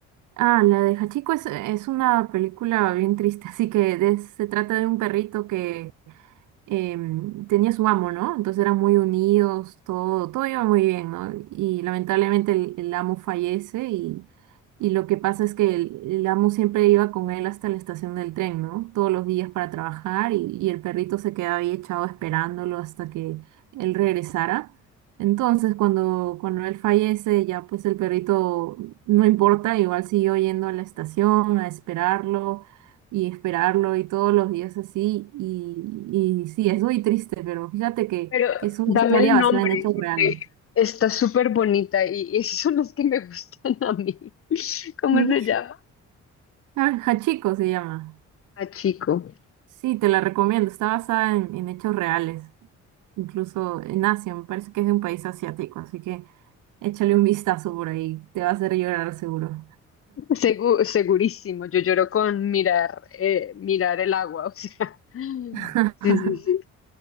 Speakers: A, on the right; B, on the left.
A: Ah, la de Hachiko es, es una película bien triste, así que de- se trata de un perrito que em, tenía su amo, ¿no? Entonces eran muy unidos, todo, todo iba muy bien, ¿no? Y lamentablemente el, el amo fallece y, y lo que pasa es que el, el amo siempre iba con él hasta la estación del tren, ¿no? Todos los días para trabajar y, y el perrito se quedaba ahí echado esperándolo hasta que él regresara. Entonces, cuando, cuando él fallece, ya pues el perrito no importa, igual siguió yendo a la estación a esperarlo y esperarlo y todos los días así. Y, y sí, es muy triste, pero fíjate que,
B: Pero
A: que es una
B: dame
A: historia
B: el nombre,
A: basada en hechos
B: porque
A: reales.
B: está súper bonita y <laughs> esos son los que me gustan a mí. <laughs> ¿Cómo
A: Sí.
B: se llama?
A: Ah, Hachiko se llama.
B: A chico.
A: Sí, te la recomiendo. Está basada en, en hechos reales, incluso en Asia. Me parece que es de un país asiático, así que échale un vistazo por ahí. Te va a hacer llorar seguro.
B: Segu- segurísimo, yo lloro con mirar, eh, mirar el agua, <laughs> o sea.
A: <laughs>
B: Sí, sí, sí.